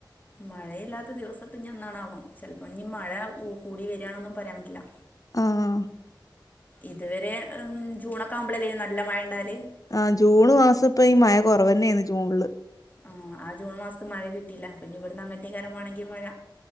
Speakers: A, on the left; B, on the left.
A: മഴയില്ലാത്ത ദിവസത് ഇനിന്നാണാവോ ചെൽപ്പൊ ഇ മഴ ഊക്ക് കൂടി വെരാണന്നു പറയാൻ പറ്റില്ല.
B: ആഹ്.
A: ഇതുവരെ ആഹ് ജൂണൊക്കെ ആവുമ്പോളല്ലേനെ നല്ല മഴ ഇണ്ടാവല്.
B: ആഹ് ജൂണ് മാസം ഇപ്പ ഈ മഴ കുറവന്നെയിന് ജൂണില്.
A: ആഹ് ആ ജൂൺ മാസത്ത് മഴ കിട്ടില്ല അപ്പനി ഇവിടുന്ന് അങ്ങട്ടേയ്ക്കാരം മാണെങ്കി മഴ